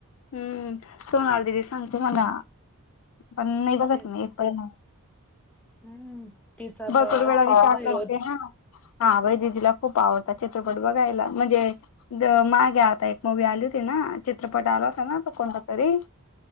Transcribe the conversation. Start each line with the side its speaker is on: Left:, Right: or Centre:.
Left: हम्म सोनाली दिदी सांगते मला पण नही बघत
Centre: तेच
Left: मी एक पण नाही.
Centre: हम्म तिचा
Left: भरपूर
Centre: तर असतोच
Left: वेळा विचार
Centre: बाई
Left: करते
Centre: रोज
Left: हा. हा बई दिदिला खूप आवडतात चित्रपट बघायला म्हणजे मागे आता एक मूवी आली होती ना चित्रपटावर. आला होता कोणता तरी